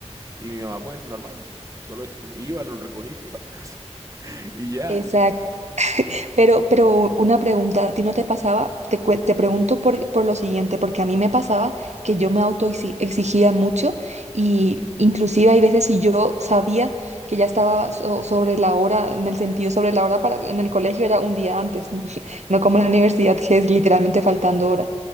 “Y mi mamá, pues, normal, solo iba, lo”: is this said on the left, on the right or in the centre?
Right